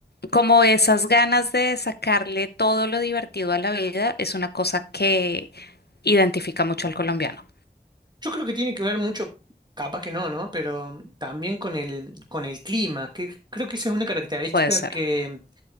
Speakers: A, on the left (about 80°); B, on the right (about 25°).
A: como esas ganas de sacarle todo lo divertido a la vida es una cosa que identifica mucho al colombiano.
B: Yo creo que tiene que ver mucho, capaz que no, ¿no? Pero también con el, con el clima, que creo que esa es una característica
A: Puede ser.
B: que,